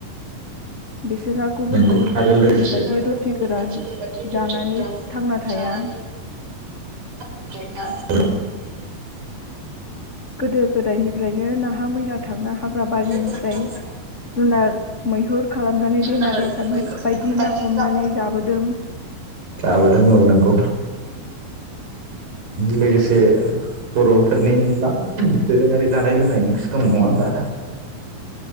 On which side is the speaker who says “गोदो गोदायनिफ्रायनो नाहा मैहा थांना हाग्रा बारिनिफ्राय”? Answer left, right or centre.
Left